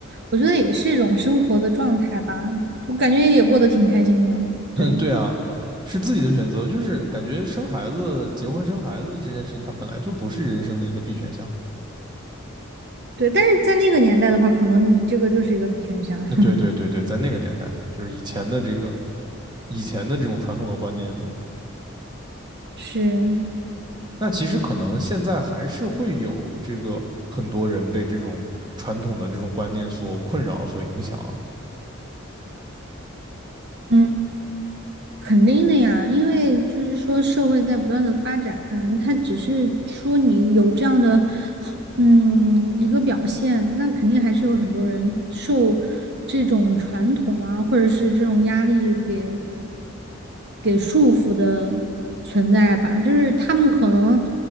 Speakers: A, on the right; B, on the right.
A: 我觉得也是一种生活的状态吧，我感觉也过得挺开心的，对。
B: 对啊，是自己的选择，就是感觉生孩子、结婚生孩子这件事情，它本来就不是人生的一个必选项。
A: 对，但是在那个年代的话，可能你这个就是一个必选项，
B: 那对对对对，
A: <laughs>
B: 在那个年代，就是以前的这个以前的这种传统的观念里，
A: 是，
B: 那其实可能现在还是会有这个很多人被这种传统的这种观念所困扰、所影响，
A: 嗯，肯定的呀，因为就是说社会在不断的发展，它只是说你有这样的嗯，一个表现，那肯定还是有很多人受这种传统啊，或者是这种压力给给束缚的存在吧。就是他们可能，